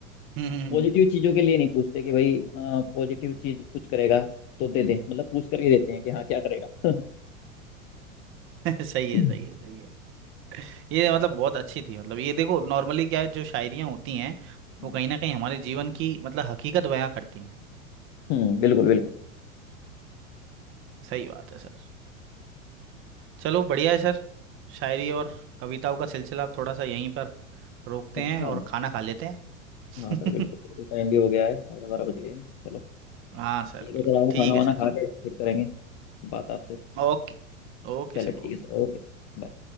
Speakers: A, on the right (about 30°); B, on the left (about 35°).
A: हम्म हम्म,
B: पॉजिटिव चीजों के लिए नहीं पूछते कि भाई पॉजिटिव चीज कुछ करेगा तो दे दे मतलब पूछ करके देते हैं कि हाँ क्या करेगा <laughs>
A: हम्म, <laughs> सही है
B: हम्म
A: सही है सही है ये मतलब बहुत अच्छी थी मतलब ये देखो नॉर्मली क्या है जो शायरियाँ होती हैं
B: हम्म
A: वो कहीं ना कहीं हमारे जीवन की मतलब हकीकत बयां करती हैं
B: हम्म, बिल्कुल बिल्कुल
A: सही बात है सर चलो बढ़िया है सर शायरी और कविताओं का सिलसिला अब थोड़ा सा यहीं पर रोकते
B: अच्छा
A: हैं और खाना खा लेते हैं <laughs>
B: हाँ सर बिल्कुल बिल्कुल टाइम भी हो गया है साढ़े बारह बज गए हैं चलो
A: हाँ सर
B: ठीक
A: बिल्कुल
B: है सर आओ
A: ठीक
B: खाना वाना
A: है sir
B: खा के फिर करेंगे बात आपसे
A: Okay Okay
B: चलो
A: sir
B: ठीक
A: okay
B: है सर ओके बाय